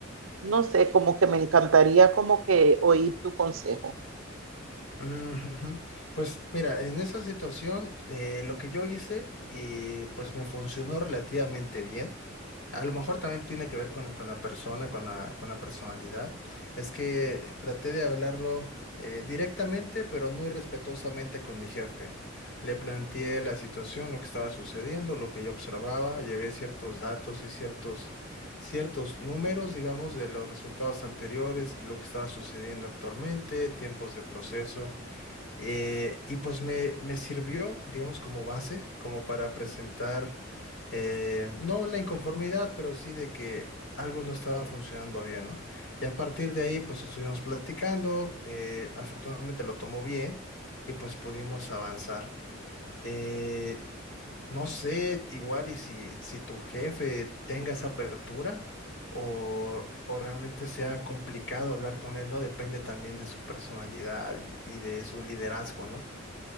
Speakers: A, on the right; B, on the left.
A: no sé, como que me encantaría como que oír tu consejo.
B: Mm, ujú. Pues mira, en esa situación eh, lo que yo hice y pues me funcionó relativamente bien A lo mejor también tiene que ver con, con la persona, con la, con la personalidad. Es que traté de hablarlo eh, directamente, pero no irrespetuosamente con mi jefe. Le planteé la situación, lo que estaba sucediendo, lo que yo observaba, llevé ciertos datos y ciertos, ciertos números, digamos, de los resultados anteriores y lo que estaba sucediendo actualmente, tiempos de proceso. Eh, y pues me, me sirvió, digamos, como base, como para presentar, eh, no la inconformidad, pero sí de que algo no estaba funcionando bien, ¿no? Y a partir de ahí, pues estuvimos platicando, eh, afortunadamente lo tomó bien y pues pudimos avanzar. Eh, no sé, igual y si, si tu jefe tenga esa apertura o, o realmente sea complicado hablar con él, ¿no? Depende también de su personalidad y y de su liderazgo, ¿no?